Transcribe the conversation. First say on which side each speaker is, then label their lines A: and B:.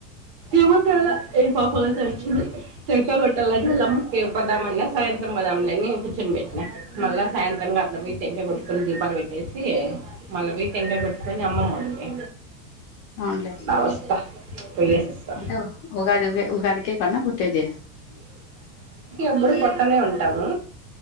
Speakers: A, on the right; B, on the left.
A: ఏమో చాలా ఈ పాప ఒకతె వచ్చింది టెంకై కొట్టాలని వల అమ్మ కి పోదామన్న సాయ సాయంత్రం పొదంలే అని కూర్చుపెట్టిన మళ్ళ సాయంత్రంగ అట్లా పోయి టెంకై కొ కొని దీపాలు పెట్టేసి మళ్ళ పోయి టెంకై కొట్టుకొని అమ్మమ్మవుంది
B: అవునులే
A: నవస్థ పోయేసోస్తా
B: అంటే ఉగాది ఉ ఉగాదికే కన్నా పుట్టేది
A: ఎప్పుడు కొడతానే ఉంటాము